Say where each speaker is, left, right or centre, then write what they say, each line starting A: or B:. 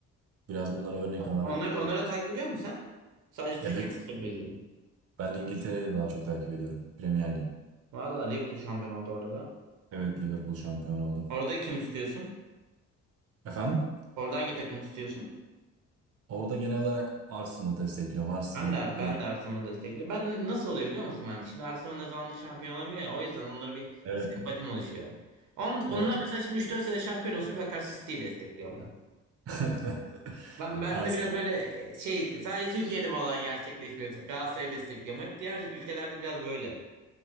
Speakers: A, on the right; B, on the right.
A: Biraz bunları örnek alarak
B: Onları, onları da takip ediyor musun sen? Sadece Türkiye
A: Evet,
B: maçları beziyorum.
A: ben İngiltere'yi de daha çok takip ediyorum. Premier Lig.
B: Valla Liverpool şampiyon oldu orada da.
A: Evet, Liverpool şampiyon oldu.
B: Orada kim tutuyorsun?
A: Efendim?
B: Orada hangi takımı tutuyorsun?
A: Orada genel olarak Arsenal destekliyorum. Arsenal,
B: Ben de,
A: Liverpool.
B: ben de Arsenal'ı destekliyorum. Ben nasıl oluyor biliyor musun ben de? Şimdi Arsenal ne zamandır şampiyon olamıyor ya. O yüzden onlara bir
A: Evet.
B: sempatim oluşuyor. On, onlar
A: Evet.
B: mesela şimdi üç dört sene şampiyon olsun bir bakarsın City'yi destekliyorum ben.
A: <laughs>
B: Ben, ben
A: Arsenal.
B: de biraz böyle şey sadece Türkiye'de bu olay gerçekleşmiyor. Galatasaray'ı destekliyorum. Hep diğer ülkelerde biraz böyle.